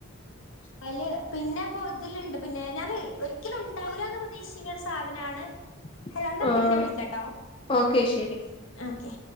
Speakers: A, on the left (about 65°); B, on the left (about 25°).
A: അതില് പിന്നെപ്പോ ഇതിലുണ്ട് പിന്നെ ഞാൻ ഒരിക്കലും ഉണ്ടാവൂല എന്ന് പ്രതീക്ഷിക്കുന്ന ഒരു സാധനാണ്
B: <inaudible>
A: ഹലോ ഇന്നാ
B: ആഹ്
A: പിന്നെ വിളിക്കാട്ടോ
B: ഓക്കെ ശെരി
A: ഓക്കെ